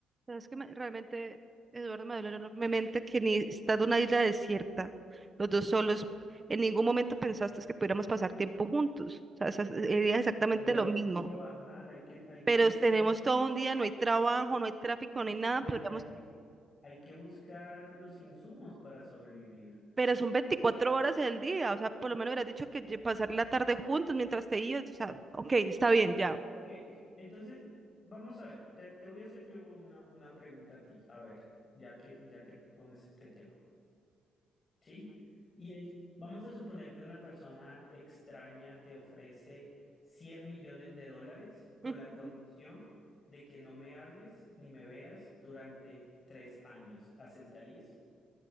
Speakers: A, on the right; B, on the left.
A: Es que me- realmente Eduardo me dolió enormemente que ni estando en una isla desierta, los dos solos, en ningún momento pensaste que pudiéramos pasar tiempo juntos. O sea, esa- sería exactamente
B: Pero
A: lo
B: hay
A: mismo.
B: que trabajar, hay que hay que
A: Pero
B: buscar,
A: tenemos todo un día, no hay trabajo, no hay tráfico, no hay nada,
B: pues
A: podríamos,
B: hay que hay que buscar los insumos para sobrevivir.
A: pero son 24 horas del día. O sea, por lo menos hubieras dicho que lle- pasar la tarde juntos mientras te ibas. O sea, ok, está bien, ya.
B: Ok, entonces vamos a ver, te, te voy a hacer yo una, una pregunta a ti, a ver, ya que, ya que pones este tema, ¿sí? Y es, vamos a suponer que una persona extraña te ofrece 100 millones de dólares con
A: <laughs>
B: la condición de que no me hables ni me veas durante tres años. ¿Aceptarías?